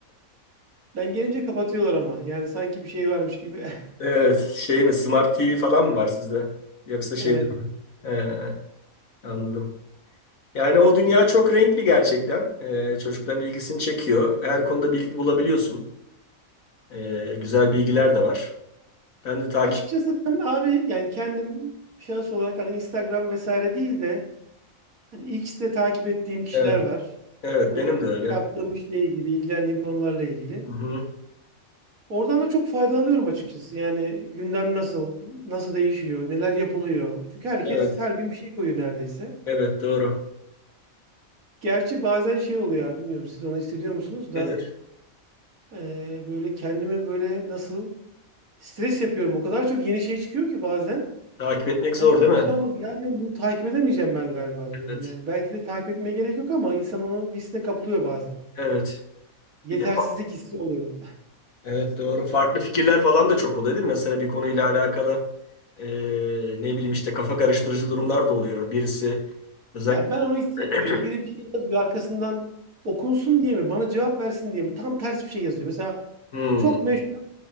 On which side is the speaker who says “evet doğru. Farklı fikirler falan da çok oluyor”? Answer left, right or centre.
Left